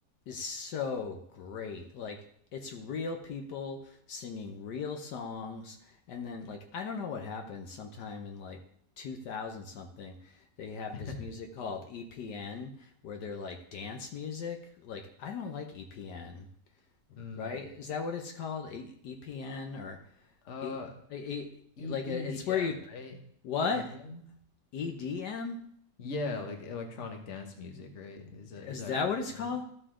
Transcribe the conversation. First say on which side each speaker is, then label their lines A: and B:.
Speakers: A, on the left; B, on the left.
A: is so great. Like it's real people singing real songs. And then like I don't know what happened. Sometime in like 2000 something, they have
B: <laughs>
A: this music called EPN, where they're like dance music. Like I don't like EPN
B: Mm.
A: right? Is that what it's called? E- EPN or
B: Uh,
A: e- e- e-
B: E
A: like
B: EDM,
A: uh, it's where you
B: right?
A: what
B: EDM?
A: EDM?
B: Yeah, like electronic dance music, right? Is that
A: Is
B: is that
A: that
B: where
A: what
B: you
A: it's
B: kind
A: called?
B: of